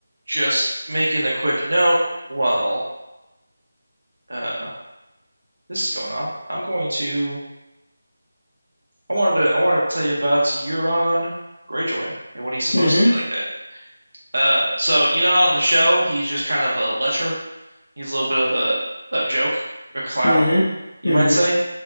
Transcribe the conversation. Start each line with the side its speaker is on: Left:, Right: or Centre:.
Right: just making a quick note while uh, this is going on. I'm going to. I wanted to. I wanted to tell you about Euron Greyjoy and what he's supposed
Left: Mm-hmm.
Right: to be like that. Uh, so you know how on the show he's just kind of a lecher. He's a little bit of a a joke, a clown,
Left: Mm-hmm.
Right: you
Left: Mm-hmm.
Right: might say.